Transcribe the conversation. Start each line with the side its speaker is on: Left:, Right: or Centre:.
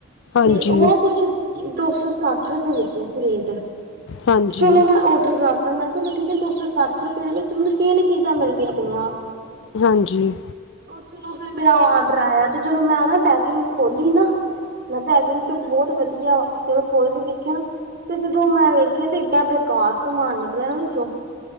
Left: ਹਾਂਜੀ
Right: ਤੇ ਉਹ ਨਾ ਕੁਛ ਦੋ ਸੌ ਸੱਠ ਰੁਪਏ ਲਿਖਿਆ ਸੀ ਰੇਟ।
Left: ਹਾਂਜੀ
Right: ਚਲੋ ਮੈਂ ਔਡਰ ਕਰਤਾ ਮੈਂ ਕਿਹਾ ਚਲੋ ਠੀਕ ਏ ਦੋ‌ ਸੌ ਸੱਠ ਰੁਪਏ ਦੇ ਵਿੱਚ ਮੈਨੂੰ ਤਿੰਨ ਚੀਜ਼ਾਂ ਮਿਲਦੀਆਂ ਪਈਆਂ।
Left: ਹਾਂਜੀ।
Right: ਉਹ ਚਲੋ ਫਿਰ ਮੇਰਾ ਔਰਡਰ ਆਇਆ, ਤੇ ਜਦੋਂ ਮੈਂ ਨਾ ਪੈਕਿੰਗ ਖੋਲੀ। ਤੇ ਨਾ, ਪੈਕਿੰਗ ਤਾਂ ਬਹੁਤ ਵਧੀਆ, ਜਦੋਂ ਖੋਲ ਕੇ ਵੇਖਿਆ ਨਾ। ਤੇ ਜਦੋਂ ਮੈਂ ਵੇਖਿਆ, ਤੇ ਏਡਾ ਬੇਕਾਰ ਸਮਾਨ ਨਿਕਲਿਆ ਨਾ ਵਿੱਚੋਂ,